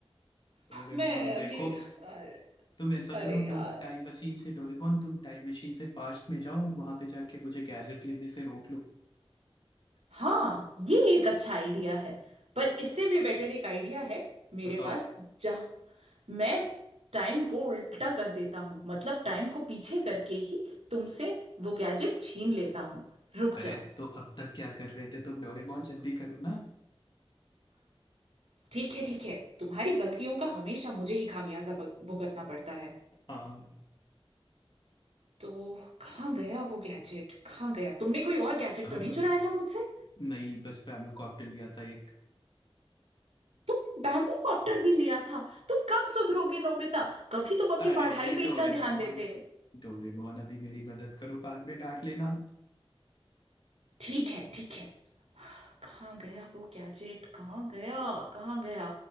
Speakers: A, on the left; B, on the right.
A: डोरेमोन
B: मैं अगली
A: देखो
B: अरे
A: तुम ऐसा
B: अरे
A: करो
B: यार
A: तुम टाइम मशीन से डोरेमोन तुम टाइम मशीन से पास्ट में जाओ और वहां पे जाके मुझे गैजेट लेने से रोक लो
B: हाँ ये एक अच्छा आइडिया है पर इससे भी बेटर एक आइडिया है मेरे
A: बताओ
B: पास जहाँ मैं टाइम को उल्टा कर देता हूँ मतलब टाइम को पीछे करके ही तुमसे वो गैजेट छीन लेता हूँ रुक
A: अरे
B: जाओ
A: तो अब तक क्या कर रहे थे तुम डोरेमोन जल्दी करो ना
B: ठीक है ठीक है तुम्हारी गलतियों का हमेशा मुझे ही खामियाजा भ- भुगतना पड़ता है
A: हाँ
B: तो कहाँ गया वो गैजेट कहाँ गया तुमने कोई और गैजेट
A: हाँ
B: तो नहीं चुराया था मुझसे
A: नहीं बस बैम्बू कॉप्टर लिया था एक
B: तुमने बैम्बू कॉप्टर भी लिया था तुम कब सुधरोगे नोबिता कभी तुम अपनी
A: अरे
B: पढ़ाई पे
A: डोरेमोन
B: इतना ध्यान देते
A: डोरेमोन अभी मेरी मदद करो बाद में डांट लेना
B: ठीक है ठीक है कहाँ गया वो गैजेट कहाँ गया कहाँ गया